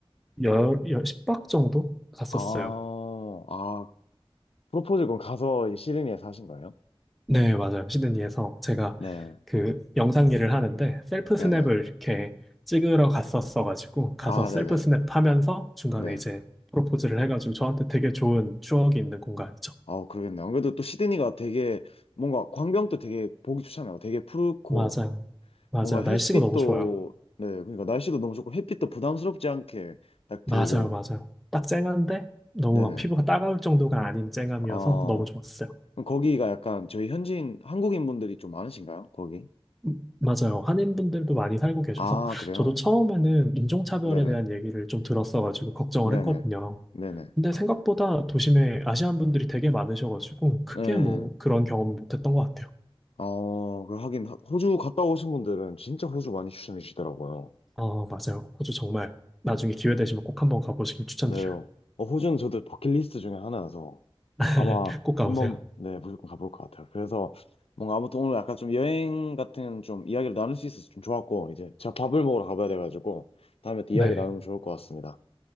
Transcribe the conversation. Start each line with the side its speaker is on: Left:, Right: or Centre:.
Centre: 열, 열, 10박 정도 갔었어요.
Left: 아, 아, 프로포즈 건 가서 이제 시드니에 사신 거예요?
Centre: 네, 맞아요. 시드니에서 제가
Left: 네,
Centre: 그 영상 일을 하는데 셀프
Left: 네네.
Centre: 스냅을 이렇게 찍으러 갔었어가지고 가서
Left: 아,
Centre: 셀프
Left: 네네.
Centre: 스냅 하면서 중간에
Left: 네.
Centre: 이제 프로포즈를 해가지고 저한테 되게 좋은 추억이 있는 공간이죠.
Left: 아, 그러겠네. 안 그래도 또 시드니가 되게 뭔가 광경도 되게 보기 좋잖아요. 되게 푸르고
Centre: 맞아요. 맞아요.
Left: 뭔가 햇빛도
Centre: 날씨가 너무 좋아요.
Left: 네, 그러니까 날씨도 너무 좋고 햇빛도 부담스럽지 않게 딱 들고
Centre: 맞아요. 맞아요. 딱 쨍한데 너무
Left: 네.
Centre: 막 피부가 따가울 정도가 아닌 쨍함이어서
Left: 아,
Centre: 너무 좋았어요.
Left: 그럼 거기가 약간 저희 현지인 한국인 분들이 좀 많으신가요? 거기?
Centre: 음, 맞아요. 한인분들도 많이 살고 계셔서
Left: 아, 그래요.
Centre: 저도 처음에는 인종차별에
Left: 네네.
Centre: 대한 얘기를 좀 들었어가지고 걱정을
Left: 네네.
Centre: 했거든요.
Left: 네네.
Centre: 근데 생각보다 도심에 아시안 분들이 되게 많으셔가지고 크게
Left: 네.
Centre: 뭐 그런 경험 못했던 것 같아요.
Left: 어, 그 하긴 하- 호주 갔다 오신 분들은 진짜 호주 많이 추천해 주시더라고요.
Centre: 어, 맞아요. 호주 정말 나중에 기회 되시면 꼭 한번 가보시길 추천드려요.
Left: 네요. 어, 호주는 저도 버킷리스트 중에 하나여서
Centre: <laughs>
Left: 아마
Centre: 꼭 가보세요.
Left: 한번 네 무조건 가볼 것 같아요. 그래서 뭔가 아무튼 오늘 약간 좀 여행 같은 좀 이야기를 나눌 수 있어서 좀 좋았고 이제 제가 밥을 먹으러 가봐야 돼가지고 다음에 또
Centre: 네.
Left: 이야기 나누면 좋을 것 같습니다.